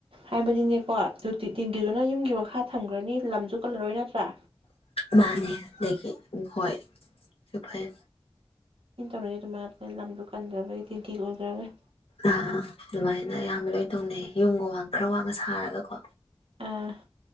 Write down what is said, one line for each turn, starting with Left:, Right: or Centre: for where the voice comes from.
Right: ꯍꯥꯏ ꯕꯗꯤꯅꯦꯀꯣ ꯇꯤꯟꯒꯤꯗꯨꯅ ꯌꯨꯝꯒꯤ ꯃꯈꯥ ꯊꯝꯈ꯭ꯔꯅꯤ ꯂꯝꯁꯨ ꯀꯜꯂꯔꯣꯏ ꯅꯠꯇ꯭ꯔꯥ
Left: ꯃꯥꯥꯟꯅꯦ ꯑꯗꯒꯤ ꯍꯣꯏ ꯐꯩ
Right: ꯍꯇꯅꯣꯏꯦꯃ ꯍꯥꯅ ꯂ ꯂꯝꯗꯣ ꯀꯟꯗ꯭ꯔꯕꯒꯤ ꯇꯦꯡꯀꯤ ꯑꯣꯏꯈ꯭ꯔꯕꯩ
Left: ꯑ ꯑꯗꯨꯃꯥꯏꯅ ꯌꯥꯝ ꯂꯩ ꯇꯧꯅꯩ ꯌꯨꯝꯒ ꯋꯥ ꯈꯔ ꯋꯥꯡꯅ ꯁꯥꯔꯒꯀꯣ
Right: ꯑ